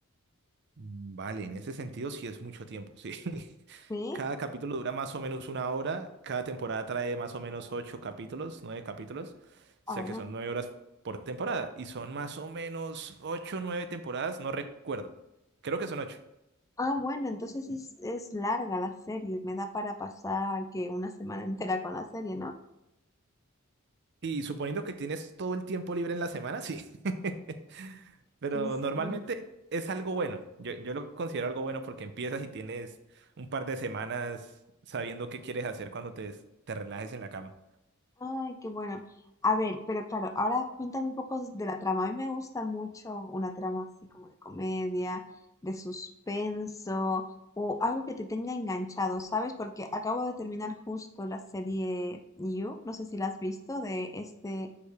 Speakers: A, on the right; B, on the left.
A: Mm, Vale, en ese sentido sí es mucho tiempo, sí. <laughs>
B: ¿Sí?
A: Cada capítulo dura más o menos una hora. Cada temporada trae más o menos ocho capítulos, nueve capítulos.
B: Ah,
A: O sea
B: bueno.
A: que son nueve horas por temporada. Y son más o menos ocho, o nueve temporadas, no recuerdo. Creo que son ocho.
B: Ah, bueno, entonces es, es larga la serie, me da para pasar que una semana entera con la serie, ¿no?
A: Y suponiendo que tienes todo el tiempo libre en la semana, sí. <laughs> Pero
B: Interesante.
A: normalmente es algo bueno. Yo, yo lo considero algo bueno porque empiezas y tienes un par de semanas sabiendo qué quieres hacer cuando te, te relajes en la cama.
B: Ay, qué bueno. A ver, pero claro, ahora cuéntame un poco de la trama. A mí me gusta mucho una trama así como de comedia, de suspenso o algo que te tenga enganchado, ¿sabes? Porque acabo de terminar justo la serie You, no sé si la has visto, de este